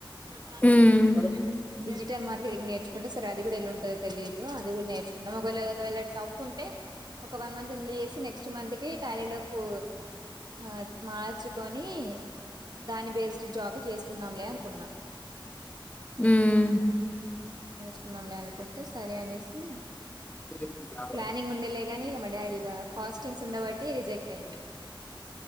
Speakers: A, on the right; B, on the left.
A: న
B: హ్మ్
A: <unintelligible> డిటిటల్ మార్కెటింగ్ నేర్చుకుంటే సరే అది కూడా ఎలా ఉంటందో తెలీదు అది కూడా నేర్చుందాం ఒకవేళ వేలా టఫ్ ఉంటే ఒక వన్ మంత్ ఎందులో చేసి నెక్స్ట్ మంత్ కి టాలీ లోకు ఆ మార్చుకొని దాని బేసిడ్ జాబ్ చేసుకుందాంలే అనుకున్నా
B: హ్మ్
A: హు నేర్చుకుందాంలే అనుకుంటే సరే అనేసి
B: <unintelligible>
A: ప్లానింగ్ ఉండేలే గాని మా డాడీగా ఫాస్టింగ్స్ ఉండబట్టి రిజెక్ట్ అయింది.